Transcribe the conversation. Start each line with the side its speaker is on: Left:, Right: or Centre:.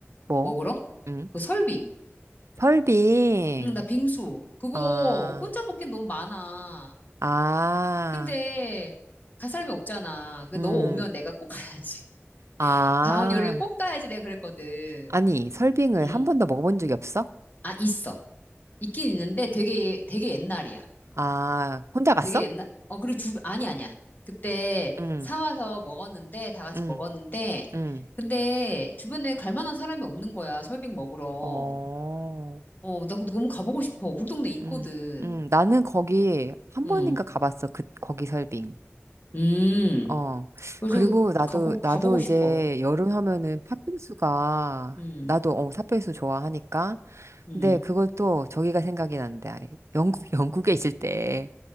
Right: 뭐?
Left: 먹으러?
Right: 응?
Left: 그 설빙.
Right: 설빙
Left: 응, 나 빙수. 그거
Right: 아
Left: 혼자 먹긴 너무 많아.
Right: 아,
Left: 근데 갈 사람이 없잖아. 그
Right: 음,
Left: 너 오면 내가 꼭 가야지. <laughs>
Right: 아.
Left: 다음 여름에 꼭 가야지 내가 그랬거든.
Right: 아니, 설빙을
Left: 응.
Right: 한 번도 먹어본 적이 없어?
Left: 아, 있어. 있긴 있는데 되게, 되게 옛날이야.
Right: 아, 혼자 갔어?
Left: 되게 옛날, 어, 그리고 주, 아니, 아니야. 그때
Right: 응,
Left: 사와서 먹었는데, 다 같이
Right: 응,
Left: 먹었는데,
Right: 응.
Left: 근데 주변에 갈 만한 사람이 없는 거야. 설빙 먹으러.
Right: 어,
Left: 어, 나그 너무 가보고 싶어. 우리 동네 있거든.
Right: 음, 음, 나는 거기 한
Left: 응,
Right: 번인가 가봤어. 그, 거기 설빙.
Left: 음.
Right: 어.
Left: 그래서
Right: 그리고 나도,
Left: 가고,
Right: 나도
Left: 가보고
Right: 이제
Left: 싶어.
Right: 여름 하면은 팥빙수가,
Left: 음,
Right: 나도, 어, 팥빙수 좋아하니까.
Left: 음.
Right: 근데 그걸 또 저기가 생각이 난다. 영국, <laughs> 영국에 있을 때